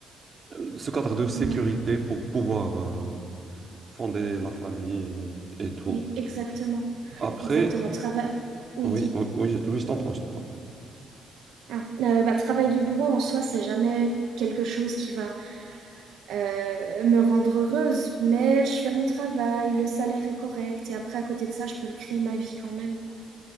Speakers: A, on the right; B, on the right.
A: euh, ce cadre de sécurité
B: Ouais.
A: pour pouvoir euh, fonder la famille et, et tout.
B: Et- exactement,
A: Après,
B: exactement. Travail. Oui,
A: oui,
B: dis-moi.
A: oui, oui, je oui, je t'entends, je t'entends.
B: Ah, euh, bah, travail de bureau en soi, c'est jamais quelque chose qui va euh, me rendre heureuse, mais je fais mon travail, le salaire est correct, et après, à côté de ça, je peux créer ma vie quand même, quoi.